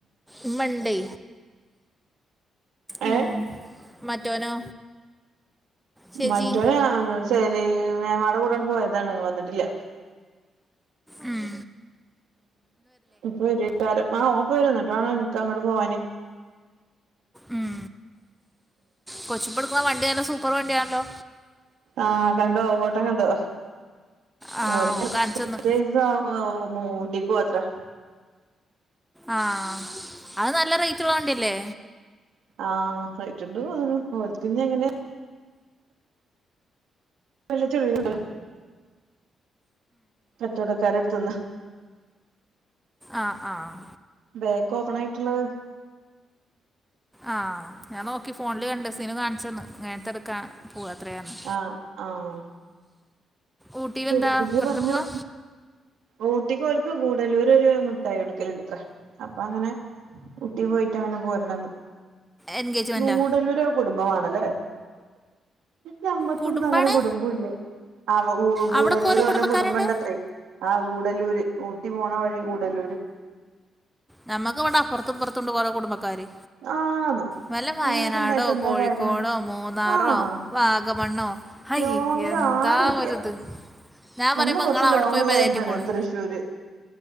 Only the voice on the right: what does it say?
ഏ
മറ്റോനാണോച്ചാല് മേമേടെ കൂടാണ്ട് പോയതാണ് വന്നിട്ടില്ല
ഇപ്പൊ വരോക്കാരം ആ ഓൻ ഇപ്പം വരും ആ എന്നിട്ട് വേണം എനിക്ക് അങ്ങോട്ട് പോവാന്
ആ കണ്ടോ ഫോട്ടോ കണ്ടോ
ഓല്
എടുത്തിട്ട്
<unintelligible> അത്രേ
ആ റേറ്റ്ണ്ട് തോന്നുന്നു ഓൽക്കഞ്ഞ് എങ്ങനെയാ വല്ല <unintelligible> കച്ചവടക്കാരെ എടുത്തുന്ന്
ബാക്ക് ഓപ്പൺ ആയിട്ടുള്ളത്
ആഹ് ആഹ്
ഇടുക്ക്ണ്ട്
പറഞ്ഞോ
ഊട്ടിക്ക് ഓല്ക്ക് ഗൂഡല്ലൂര് ഒരു മുട്ടായി കൊടുക്കല്ണ്ട് അത്രേ അപ്പൊ അങ്ങനെ ഊട്ടി പോയിട്ട് അങ്ങനെ പോരണന്ന്
ഗൂടല്ലൂര് ഒരു കുടുംബാണല്ലേ ഞമ്മക്കൊന്നും
അങ്ങനെ കുടുംബ ഇല്ലേ ആ ഗൂടല്ലൂര്
ഓലെ കുടുംബം ഉണ്ടത്രേ ആ ഗൂടല്ലൂര് ഊട്ടി പോണ വഴി ഗൂടല്ലൂര്
ആന്ന്
അങ്ങനൊക്കെ ഇണ്ടായിട്ട് എന്താ
കാര്യം
ആഹ്
ലോങ്ങില്
ആരുല്ല
ഒന്ന് കൊറച്ച്
ലോങ്ള്ള
ഇതാണ് തൃശ്ശൂര്